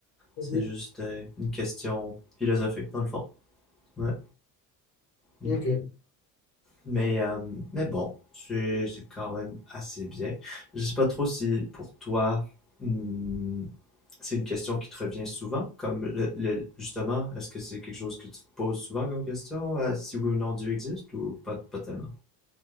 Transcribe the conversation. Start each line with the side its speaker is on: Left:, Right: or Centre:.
Left: Mhm.
Centre: C'est juste euh, une question philosophique dans le fond. Ouais. Mm.
Left: Mhm. Ok.
Centre: Mais, euh, mais bon, c'est c'est quand même assez bien. Je sais pas trop si pour toi, hmm, c'est une question qui te revient souvent, comme le, le- justement, est-ce que c'est quelque chose que tu te poses souvent comme question, euh, si oui ou non Dieu existe ou pas, pas tellement?